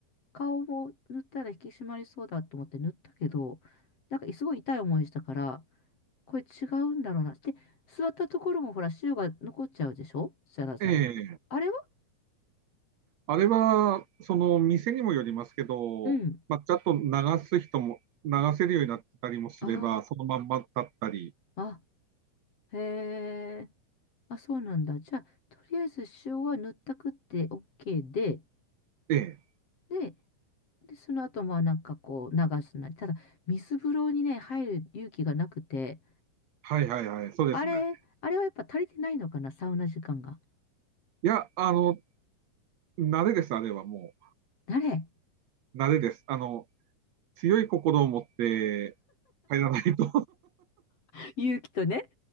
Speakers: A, on the left (about 45°); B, on the right (about 60°).
A: 顔も塗ったら引き締まりそうだと思って塗ったけど、なんかすごい痛い思いしたから、これ違うんだろうな。で、座ったところもほら、塩が残っちゃうでしょザラザラって。
B: ええ。
A: あれは
B: あれは、その、店にもよりますけど、
A: うん。
B: まあ、ちゃんと流す人も、流せるようになってたりもすれば、
A: ああ。
B: そのまんまだったり。
A: あ、へえ。あ、そうなんだ。じゃあ、とりあえず塩は塗ったくって OK で、
B: ええ。
A: で、で、その後、まあなんかこう流すなり。ただ、水風呂にね、入る勇気がなくて、
B: はいはいはい。そうですね。
A: あれ、あれはやっぱ足りてないのかな、サウナ時間が。
B: いや、あの、慣れです、あれはも
A: 誰
B: う。慣れです。あの、強い心を持って入らないと
A: <laughs> 勇気とね。